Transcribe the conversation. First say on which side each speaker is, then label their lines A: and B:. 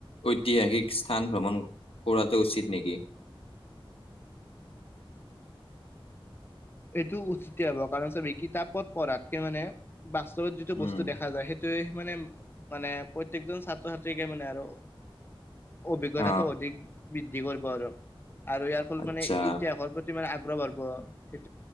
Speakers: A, on the left; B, on the left.
A: ঐতিহাসিক স্থান ভ্ৰমণ কৰাটো উচিত নেকি। <unintelligible>
B: এইটো উচিত হ'ব কাৰণ চবেই কিতাপত পঢ়াতকে মানে। বাস্তৱত যিটো
A: উম
B: বস্তু দেখা যায় সেইটোৱে মানে মানে প্ৰত্যেকজন ছাত্ৰ ছাত্ৰীকে মানে আৰু। অভিজ্ঞতাটো
A: অ
B: অধিক বৃদ্ধি কৰিব আৰু আৰু ইয়াৰ ফল
A: আচ্ছা
B: মানে ইতিহাসৰ প্ৰতি মানে আগ <unintelligible>